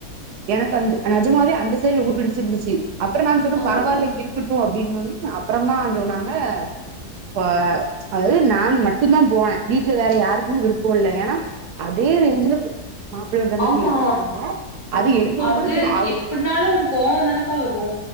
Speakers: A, on the right; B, on the left.
A: எனக்கு அந்த நஜமாவே அந்த சைடு ரொம்ப பிடிச்சிருந்துச்சு அப்புறம் நான் சொன்ன
B: ஆ
A: பரவாயில்ல இருக்குட் டும் அப்டின்னுன்னே அப்பறம் தான் சொன்னாங்க ஒ அ அதாவது நான் மட்டும் தான் போனே வீட்ல வேற யாருக்குமே விருப்போ இல்ல ஏன்னா அதே ரேஞ்சுல உ மாப்பள்ளோட தங்கச்சி
B: ஆமா
A: எடுத்தாங்க அது எடுத்தது
B: அது
A: கூட சரி அவங்க
B: எப்டினாலும் கோவோ தானக்கா வரு